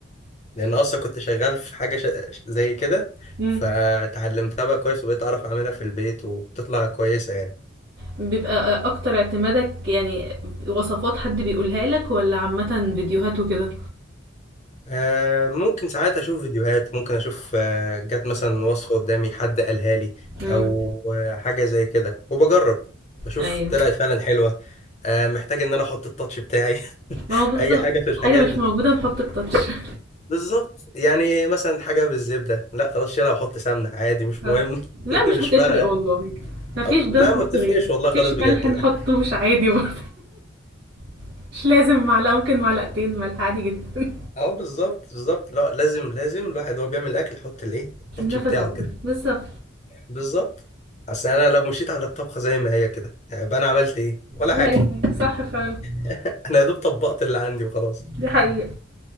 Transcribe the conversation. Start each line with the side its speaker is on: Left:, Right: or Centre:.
Left: لان اصلا كنت شغال في حاجه ش... زي كده
Right: مم.
Left: فتعلمتها بقى كويس وبقيت اعرف اعملها في البيت وبتطلع كويسه يعني
Right: بيبقى اكتر اعتمادك يعني وصفات حد بيقولها لك ولا عامة فيديوهات وكده
Left: آه ممكن ساعات اشوف فيديوهات ممكن اشوف آه جت مثلا وصفة قدامي حد قالها لي
Right: امم
Left: او آه حاجة زي كده وبجرب بشوف
Right: ايوه
Left: طلعت فعلا حلوة آه محتاج ان انا احط التاتش بتاعي <laughs>
Right: ما هو بالظبط
Left: اي حاجة في الحاجات
Right: حاجة مش
Left: دي
Right: موجودة نحط التاتش <laughs>
Left: بالظبط يعني مثلا حاجة بالزبدة لا خلاص شيلها وحط سمنة عادي مش
Right: بس
Left: مهم
Right: لا
Left: <laughs>
Right: مش
Left: مش
Right: بتفرق
Left: فارقة
Right: والله مفيش
Left: أو-
Right: ده
Left: لا
Right: نحط
Left: ما بتفرقش
Right: غيره
Left: والله
Right: مفيش
Left: خالص بجد
Right: ملح نحطه
Left: لا
Right: مش عادي برضه <laughs> مش لازم معلقة ممكن معلقتين ملح عادي جدا
Left: اه بالظبط بالظبط لا لازم لازم الواحد وهو بيعمل الاكل يحط الايه
Right: <laughs> النفس
Left: التاتش بتاعه
Right: بتاعي
Left: كده
Right: بالظبط
Left: بالظبط اصل انا لو مشيت على الطبخه زي ما هي كده يعني يبقى انا عملت ايه ولا
Right: ولا
Left: حاجه
Right: اي حاجة صح فعلا
Left: <laughs> انا يا دوب طبقت اللي عندي وخلاص
Right: دي حقيقة